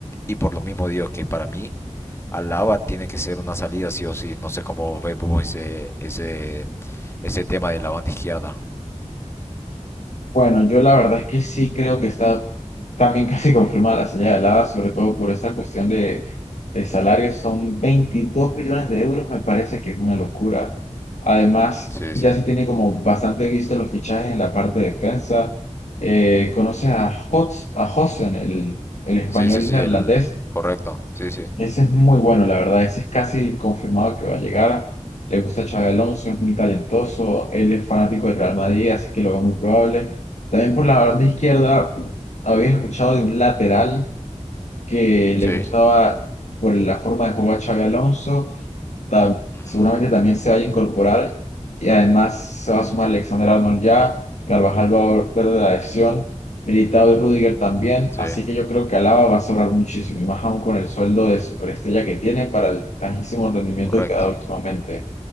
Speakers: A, on the left; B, on the left.
A: Y por lo mismo digo que para mí al lava tiene que ser una salida sí o sí. No sé cómo ve Pupo ese, ese, ese tema de la banda izquierda.
B: Bueno, yo la verdad es que sí creo que está también <laughs> casi confirmada la salida de Lava, sobre todo por esta cuestión de, de salarios. Son 22 millones de euros, me parece que es una locura. Además,
A: Sí,
B: ya
A: sí.
B: se tiene como bastante visto los fichajes en la parte de defensa. Eh, conoces a Hots, a Hossen, el, el español
A: Sí, sí, sí,
B: neerlandés.
A: el correcto. Sí, sí.
B: Ese es muy bueno, la verdad, ese es casi confirmado que va a llegar. Le gusta a Xabi Alonso, es muy talentoso, él es fanático del Real Madrid, así que lo veo muy probable. También por la banda izquierda, había escuchado de un lateral que
A: Sí.
B: le gustaba por la forma de jugar a Xabi Alonso ta-
A: Ujú.
B: seguramente también se vaya a incorporar y además se va a sumar Alexander Arnold ya, Carvajal va a volver de la lesión, Militao y Rudiger también,
A: Sí,
B: así que yo creo que Alaba va a sobrar muchísimo y más aún con el sueldo de superestrella que tiene para el bajísimo rendimiento
A: correcto.
B: que ha dado últimamente.